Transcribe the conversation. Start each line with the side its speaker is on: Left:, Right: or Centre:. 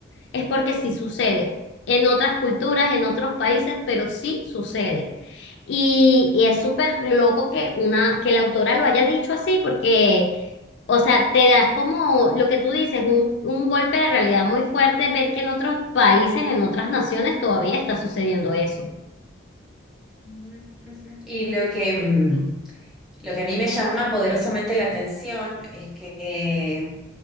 Left: es porque sí sucede en otras culturas, en otros países, pero sí sucede. Y,
Centre: Claro.
Left: y es súper loco que una, que la autora lo haya dicho así, porque, o sea, te das como lo que tú dices, un, un golpe de realidad muy fuerte, ver que en otros países, en otras naciones, todavía está sucediendo eso.
Centre: Ujú, ujú. Y lo que, mm, lo que a mí me llama poderosamente la atención es que eh,